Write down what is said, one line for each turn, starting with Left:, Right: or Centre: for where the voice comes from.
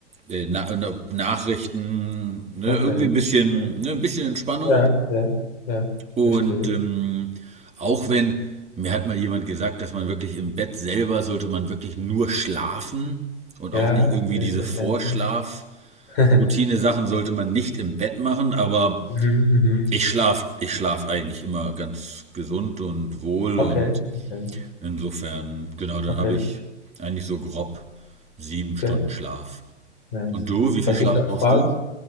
Right: äh, na na- Nachrichten. Ne,
Left: okay.
Right: irgendwie ein bisschen,
Left: Ja,
Right: ne, ein bisschen Entspannung.
Left: ja, ja, ja,
Right: Und
Left: verstehe.
Right: ähm, auch wenn, mir hat mal jemand gesagt, dass man wirklich im Bett selber sollte man wirklich nur schlafen und
Left: Ja,
Right: auch nicht irgendwie
Left: okay,
Right: diese
Left: verständlich.
Right: Vorschlaf.
Left: <laughs>
Right: Routine-Sachen sollte man nicht im Bett machen, aber
Left: Mhm, mhm.
Right: ich schlafe ich schlaf eigentlich immer ganz gesund und wohl
Left: Okay,
Right: und
Left: okay,
Right: insofern, genau, dann
Left: okay,
Right: habe ich eigentlich so grob sieben
Left: okay,
Right: Stunden Schlaf.
Left: nice.
Right: Und du, wie
Left: Was
Right: viel Schlaf
Left: ich noch
Right: brauchst
Left: frage,
Right: du?